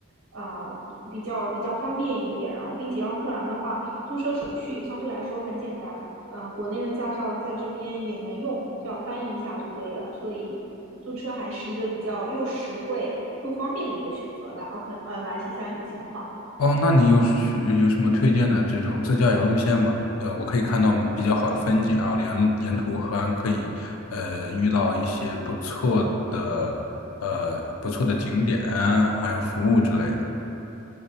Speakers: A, on the right; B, on the left.
A: 呃比较比较方便一点。然后并且奥克兰的话，租车手续也相对来说很简单。嗯、呃国内的驾照在这边也能用，就要翻译一下就可以了。所以租车还是一个比较又实惠又方便的一个选择。来奥克呃来新西兰旅行的话。
B: 哦，那你有是有什么推荐的这种自驾游路线吗？呃，我可以看到比较好的风景啊，然后沿沿途还可以呃遇到一些不错的呃不错的景点啊，还有服务之类的。